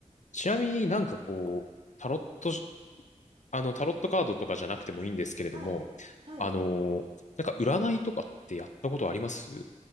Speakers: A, on the left; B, on the right.
A: ちなみになんかこう、
B: えー、
A: タロット、あの、タロットカードとかじゃなくてもいいんですけれども、
B: はい。はい。
A: あの、なんか占いとかってやったことあります